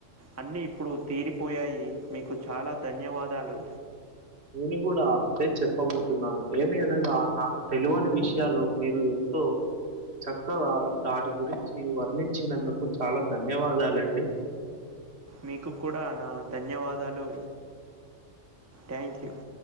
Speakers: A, on the right; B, on the right.
A: అన్నీ ఇప్పుడు తీరిపోయాయి మీకు చాలా ధన్యవాదాలు
B: నేను కూడా అదే చెప్ ప్పబోతు ఉన్నాను ఏమి అనగా నాకు తెలువని విషయాలు మీరు ఎంతో చక్కగా దాటి గురించి వర్ణించినందుకు చాలా ధన్యవాదాల అండి
A: మీకు కూడా నా ధన్యవాదాలు ట్యాంక్యూ యూ